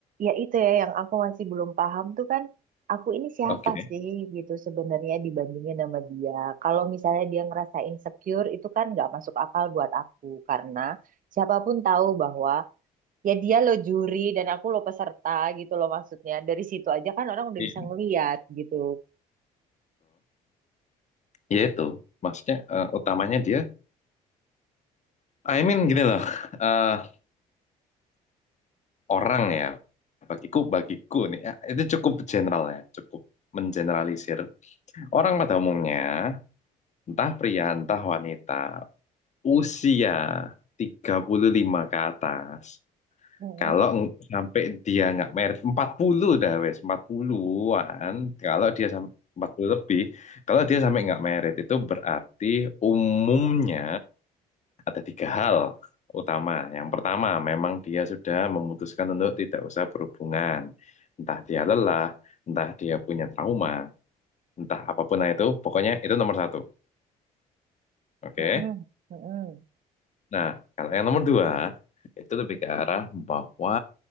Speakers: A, on the right (about 55°); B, on the left (about 45°).
A: ya itu ya yang aku masih belum paham tuh kan aku ini siapa
B: oke.
A: sih gitu sebenarnya dibandingin sama dia. Kalau misalnya dia ngerasa insecure itu kan nggak masuk akal buat aku karena siapapun tahu bahwa ya dia lo juri dan aku lo peserta gitu loh maksudnya dari situ aja kan orang udah
B: Itu.
A: bisa ngeliat gitu
B: Ya itu. Maksudnya eh, utamanya dia, I mean gini loh, <laughs> eh, orang ya, bagiku, bagiku nih, eh, itu cukup general ya, cukup mengeneralisir. Orang pada umumnya, entah pria, entah wanita, usia 35 ke atas,
A: Mm-mm.
B: Kalau ng- sampai dia nggak merit 40 dah wes 40-an, kalau dia sampai 40 lebih, kalau dia sampai nggak merit itu berarti umumnya ada tiga hal utama. Yang pertama, memang dia sudah memutuskan untuk tidak usah berhubungan. Entah dia lelah, entah dia punya trauma, entah apapun lah itu, pokoknya itu nomor satu. Oke.
A: Mm-mm, mm-mm,
B: Nah, kalau yang nomor dua itu lebih ke arah bahwa